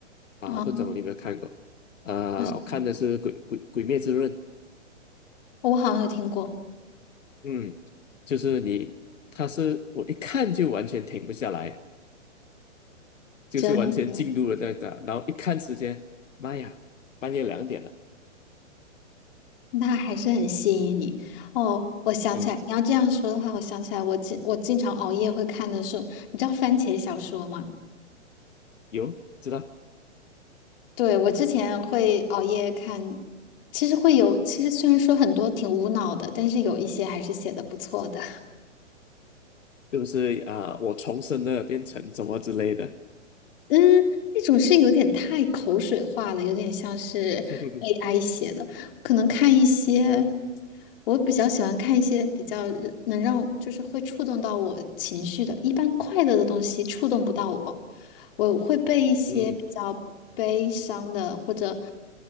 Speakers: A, on the left; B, on the left.
A: 啊，
B: 啊，
A: 不懂你有没有看过？啊、
B: 为什么
A: 我看的是鬼鬼鬼灭之刃》，
B: 我好像有听过，
A: 嗯，就是你，他是我一看就完全停不下来，就是完全进入了那个，
B: 真。
A: 然后一看时间，妈呀，半夜两点了，
B: 那还是很吸引你哦。我想起来，
A: 对，
B: 你要这样说的话，我想起来我，经我经常熬夜会看的是，你知道番茄小说吗？
A: 有知道，
B: 对，我之前会熬夜看，其实会有，其实虽然说很多挺无脑的，但是有一些还是写的不错的。
A: 是不是啊、我重生了，变成什么之类的，
B: 嗯，那种是有点太口水化了，有点像是
A: <laughs>
B: AI 写的。可能看一些，我比较喜欢看一些比较能让，就是会触动到我情绪的。一般快乐的东西触动不到我，我会被一些比较悲伤的或者
A: 嗯